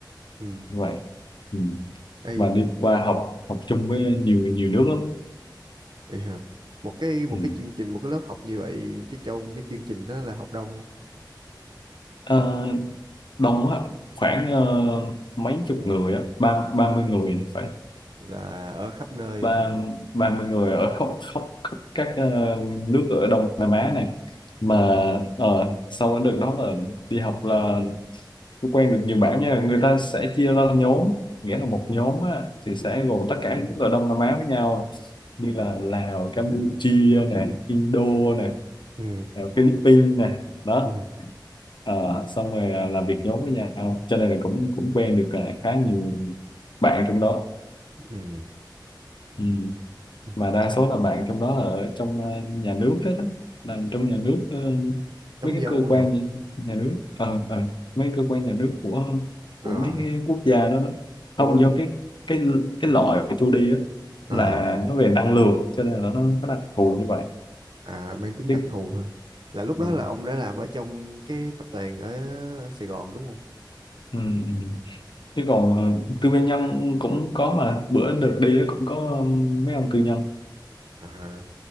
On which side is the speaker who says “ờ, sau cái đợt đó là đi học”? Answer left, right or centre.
Left